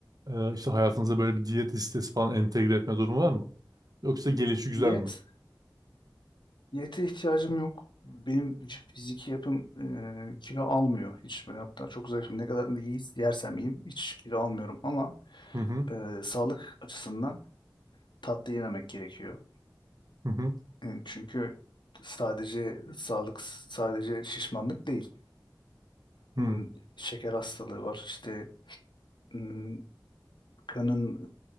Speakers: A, on the right (about 55°); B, on the left (about 80°).
A: e, işte hayatınıza böyle bir diyet listesi falan entegre etme durumu var mı? Yoksa gelişi güzel
B: diyet
A: mi?
B: Diyete ihtiyacım yok. Benim fiziki yapım e, kilo almıyor hiç böyle hatta çok zayıfım. Ne kadar da yiyiz- yersem yiyeyim hiç kilo almıyorum ama
A: Hı hı
B: e, sağlık açısından tatlı yememek gerekiyor.
A: hı hı.
B: E, çünkü sadece sağlık sadece şişmanlık değil. Hmm,
A: hı.
B: şeker hastalığı var İşte hmm, kanın